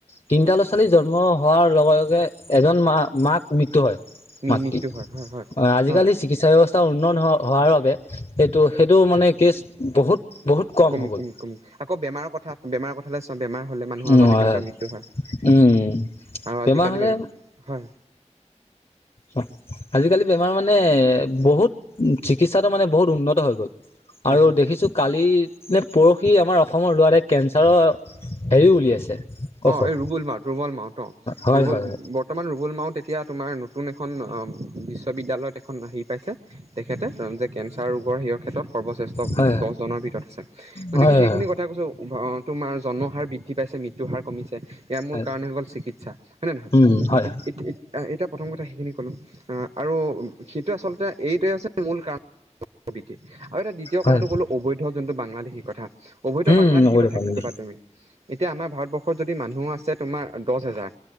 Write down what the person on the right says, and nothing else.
মৃ-মৃত্যু
হয়। হয় হয়
হয়
কমিল-কমিল-কমিল
আকৌ বেমাৰৰ কথা বেমাৰৰ কথালৈ চাওঁ, বেমাৰ হ'লে মানুহৰ
আগতে
কেনেকুৱা মৃত্যু হয়।
আৰু আজিকালি,
হয়।
হয়
হয়
অ এই ৰুবুল মাওত -ৰুবল- মাওত অ
ৰুবুল
বৰ্তমান ৰুবুল মাওত এতিয়া তোমাৰ নতুন এখন বিশ্ববিদ্যালয়ত এখন আহি পাইছে, তেখেতে যে কেঞ্চাৰ ৰোগৰ সে ক্ষেত্ৰত সৰ্বশ্ৰেষ্ঠ
দহজনৰ ভিতৰত আছে, গতিকে
সেইখিনি
কথা কৈছোঁ তোমাৰ জন্ম হাৰ বৃদ্ধি পাইছে মৃত্যুৰ কমিছে ইয়াৰ মূল
কাৰণ গল চিকিৎসা হয় নে নহয়?
এ -এ- এতিয়া প্ৰথম কথা সেইখিনি ক'লোঁ আৰু সেইটোৱেই আচলতে এইটোৱে হৈছে মূল কাৰণ াবতি <inaudible> আৰু এতিয়া দ্বিতীয়
কথাটো ক'লো অবৈধ যিটো বাংলাদেশী কথা। অবৈধ
বাংলাদেশী
কথা
কি
ক'বা তুমি? এতিয়া আমাৰ ভাৰতবৰ্ষত যদি মানুহ আছে তোমাৰ দচ হেজাৰ,